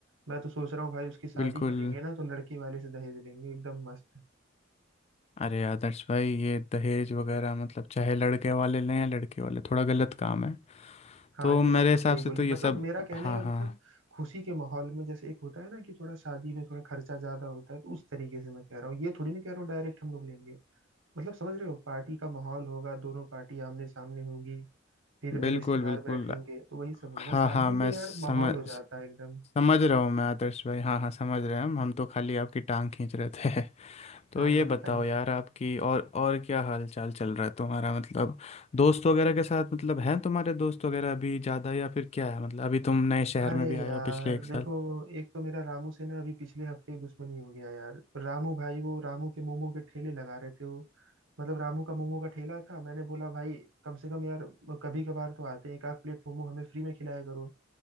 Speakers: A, on the right; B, on the left.
A: मैं तो सोच रहा हूँ भाई उसकी शादी
B: बिल्कुल
A: करेंगे ना तो लड़के वाले से दहेज लेंगे एकदम मस्त
B: अरे आदर्श भाई ये दहेज वगैरह मतलब चाहे लड़के वाले लें या लड़के वाले थोड़ा गलत काम है
A: हाँ
B: तो
A: ये
B: मेरे
A: बात
B: हिसाब
A: तो सही
B: से
A: बोली
B: तो ये
A: मतलब
B: सब
A: मेरा कहने
B: हाँ
A: का मतलब
B: हाँ
A: खुशी के माहौल में जैसे एक होता है ना कि थोड़ा शादी में थोड़ा खर्चा ज्यादा होता है तो उस तरीके से मैं कह रहा हूँ ये थोड़ी नहीं कह रहा हूँ डायरेक्ट हम लोग लेंगे मतलब समझ रहे हो पार्टी का माहौल होगा दोनों पार्टी आमने सामने होगी फिर
B: बिल्कुल
A: रिश्तेदार
B: बिल्कुल
A: बैठेंगे तो वही सब होगा
B: हाँ
A: शादी
B: हाँ मैं
A: में यार
B: समझ
A: माहौल हो जाता है एकदम
B: समझ रहा हूँ मैं आदर्श भाई हाँ हाँ समझ रहे हैं हम हम तो खाली आपकी टांग खींच रहे थे तो
A: हाँ
B: ये
A: हाँ बताइए
B: बताओ यार आपकी और और क्या हाल चाल चल रहा है तुम्हारा मतलब दोस्त वगैरह के साथ मतलब हैं तुम्हारे दोस्त वगैरह अभी ज़्यादा या फिर क्या है मतलब अभी तुम नए शहर
A: अरे
B: में भी आए
A: यार
B: हो पिछले एक साल
A: देखो एक तो मेरा रामू से ना अभी पिछले हफ्ते ही दुश्मनी हो गया यार रामू भाई वो रामू के मोमो के ठेले लगा रहे थे वो मतलब रामू का मोमो का ठेला था मैंने बोला भाई कम से कम यार कभी कभार तो आते हैं एक आध प्लेट मोमो हमें फ्री में खिलाया करो